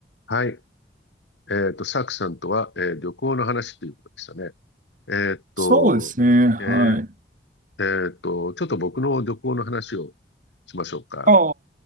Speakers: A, on the left; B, on the right.
A: はい。えっと、サクさんとは、えー旅行の話ということでしたね。えっと、
B: そうですね。はい。
A: えーえっと、ちょっと僕の旅行の話をしましょうか。
B: あ